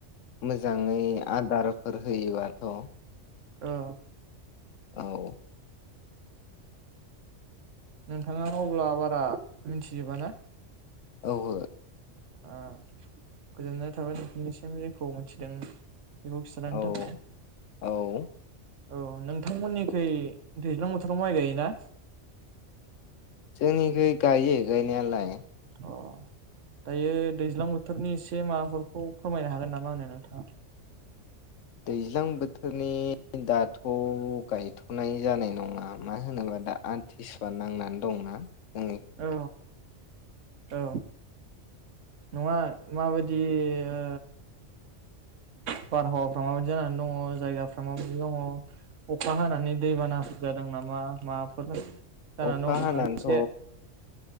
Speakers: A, on the left (about 85°); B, on the right (about 80°).
A: मोजाङै आदारफोर होयोबाथ'
B: औ
A: औ
B: नोंथाङा अब्ला बारा मिथिजोबा ना
A: औहो
B: ओ गोजोननाय थाबाय नोंथांनिसिम जेखौ मोनथिदों बेखौ खिथानायनि
A: औ
B: थाखाय
A: औ
B: औ नोंथांमोननिखै दैज्लां बोथोराव माइ गायोना
A: जोंनिखै गायो गायनायालाय
B: अ दायो दैज्लां बोथोरनि एसे माबाफोरखौ फोरमायनो हागोन नामा आंनो नोंथाङा
A: दैज्लां बोथोरनि दाथ' गायथ'नाय जानाय नङा मानो होनोबा दा आमटिसुवआ नांनानै दंना जोंनि
B: औ औ नङा माबादि ओ बारहावाफ्रा माबायदि जानानै दङ जायगाफ्रा माबायदि दङ अखा हानानै दैबानाफोर जादों नामा माबाफोर जानानै
A: अखा
B: दं नामा
A: हानाथ'
B: एसे